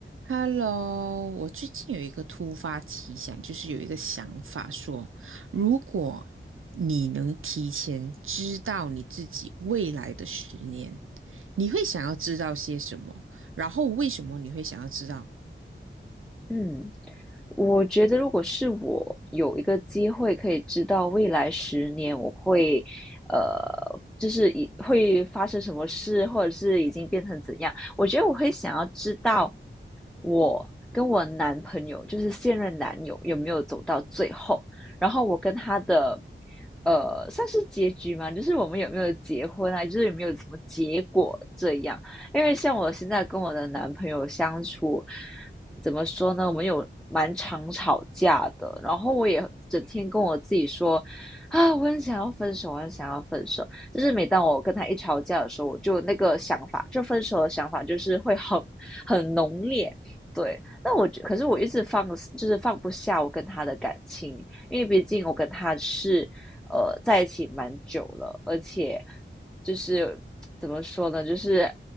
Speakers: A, on the right; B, in the centre.
A: Hello，我最近有一个突发奇想，就是有一个想法说，如果你能提前知道你自己未来的十年，你会想要知道些什么？然后为什么你会想要知道？
B: 嗯，我觉得如果是我有一个机会可以知道未来十年我会，呃，就是以会发生什么事，或者是已经变成怎样，我觉得我会想要知道我跟我男朋友，就是现任男友有没有走到最后，然后我跟他的，呃，算是结局嘛，就是我们有没有结婚啊，就是有没有什么结果这样，因为像我现在跟我的男朋友相处。怎么说呢？我们有蛮常吵架的，然后我也整天跟我自己说，啊，我很想要分手，我很想要分手。就是每当我跟他一吵架的时候，我就那个想法，就分手的想法，就是会很很浓烈。对，那我觉可是我一直放，就是放不下我跟他的感情，因为毕竟我跟他是呃在一起蛮久了，而且就是怎么说呢？就是